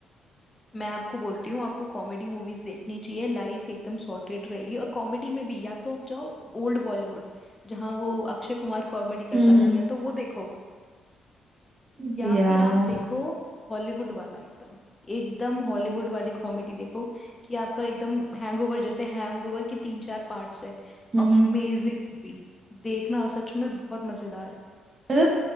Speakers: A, on the left; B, on the right.
A: मैं आपको बोलती हूँ आपको कॉमेडी मूवीज देखनी चाहिए लाइफ एकदम सॉर्टेड रहेगी और कॉमेडी में भी या तो आप जाओ ओल्ड बॉलीवुड जहाँ वो अक्षय कुमार कॉमेडी
B: हम्म
A: करता था या तो वो देखो
B: हम्म
A: या
B: यार
A: फिर आप देखो हॉलीवुड वाला एकदम एकदम हॉलीवुड वाली कॉमेडी देखो कि आपका एकदम हैंगओवर जैसे हैंगओवर के तीन चार पार्ट्स है
B: हम्म
A: अमेजिंग
B: हम्म
A: मूवी देखना सच में बहुत मजेदार है
B: मतलब